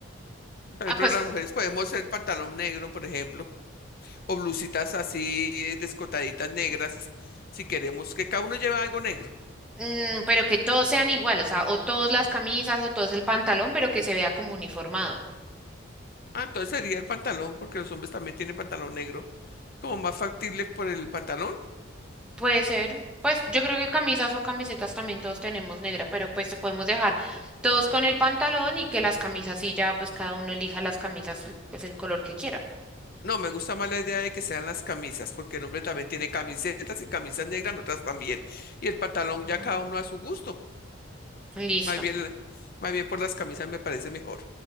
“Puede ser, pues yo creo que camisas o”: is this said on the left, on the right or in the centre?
Centre